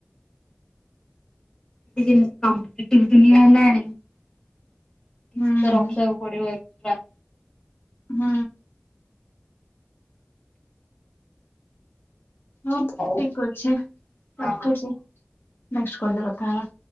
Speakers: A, on the left (about 15°); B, on the left (about 60°).
A: ଏବେ ଯେମିତି କମ୍ପିଟେଟିବ ଦୁନିଆ ହେଲାଣି କିଛି
B: ହୁଁ
A: ତ ରଖିବାକୁ ପଡିବ। ଏକ୍ସଟ୍ରା।
B: ହୁଁ। ହଁ ଠିକ
A: ହଉ।
B: ଅଛି
A: ହଁ।
B: ରଖୁଛି ନେଷ୍ଟ୍ କଲରେ କଥା ହବା।